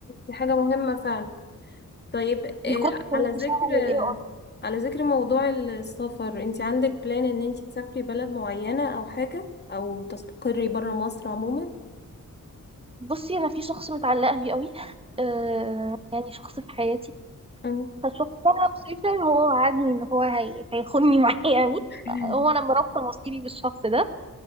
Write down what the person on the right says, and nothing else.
الكود اللي
بيشغل
الاي
بصي انا في شخص متعلقه بيه قوي آه يعني شخص في حياتي
فالشخص ده انا مسافر هو وعدني ان هو هي... هيخوني معاه <laughs> يعني
هو انا مرابطه مصيري بالشخص ده